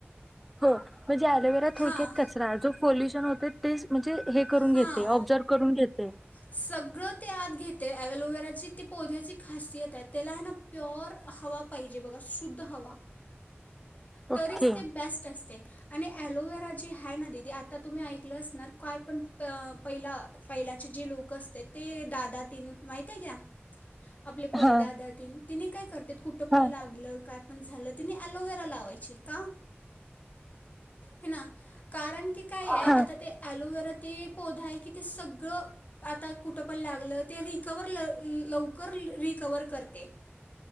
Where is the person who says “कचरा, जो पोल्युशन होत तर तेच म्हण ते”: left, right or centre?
Centre